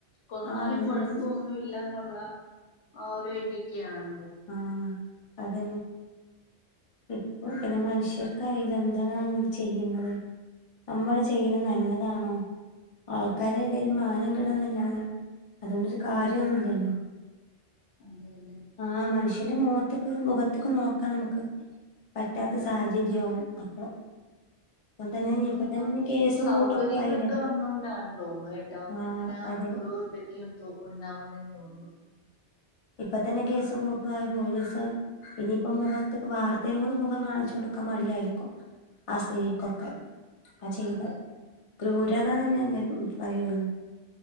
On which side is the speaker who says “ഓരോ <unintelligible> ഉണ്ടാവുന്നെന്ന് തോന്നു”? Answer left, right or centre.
Left